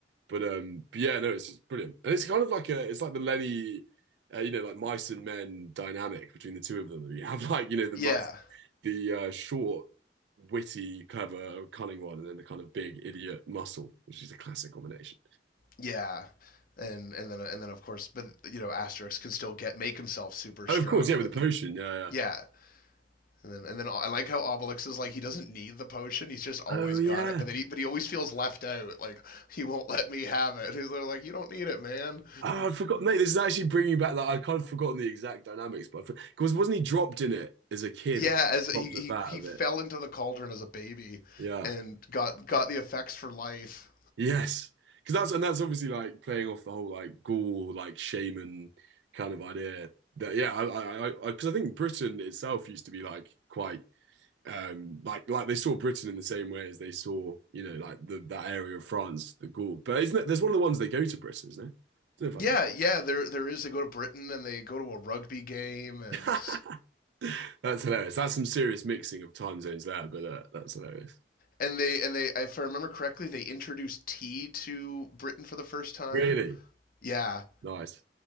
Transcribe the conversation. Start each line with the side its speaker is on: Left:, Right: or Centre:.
Right: But um, but yeah, no, it's just brilliant, and it's kind of like a, it's like the Lenny, uh, you know, like mice and men dynamic between the two of them. You have <laughs> like you know the
Left: yeah
Right: mice, the uh, short, witty, clever, cunning one, and then the kind of big idiot muscle, which is a classic combination.
Left: yeah and and then and then of course but you know asterix can still get make himself super
Right: Oh,
Left: strong
Right: of course, yeah,
Left: but
Right: with
Left: then
Right: the potion, yeah, yeah.
Left: yeah And then, and then I like how Obelix is like he doesn't need the potion; he's just always
Right: Oh yeah.
Left: got it. But then, he, but he always feels left out. Like he won't let me have it. <laughs> He's like, you don't need it, man.
Right: Oh, I forgot, mate. This is actually bringing back like I'd kind of forgotten the exact dynamics, but because wasn't he dropped in it as a kid
Left: Yeah,
Right: or
Left: as he,
Right: dropped
Left: he
Right: a vat
Left: he
Right: of
Left: fell
Right: it?
Left: into the cauldron as a baby,
Right: Yeah.
Left: and got got the effects for life.
Right: Yes, because that's and that's obviously like playing off the whole like Gaul like shaman kind of idea. That yeah, I I I because I, 'cause I think Britain itself used to be like quite um like like they saw Britain in the same way as they saw you know like the that area of France, the Gaul. But isn't it? There's one of the ones they go to Britain, isn't it? I don't
Left: Yeah,
Right: know
Left: yeah. There there is. They go to Britain and they go to a rugby game and
Right: if I can. <laughs> That's hilarious. That's some serious mixing of time zones there, but uh, that's hilarious.
Left: and they and they if I remember correctly, they introduced tea to Britain for the first time.
Right: Really?
Left: Yeah,
Right: Nice.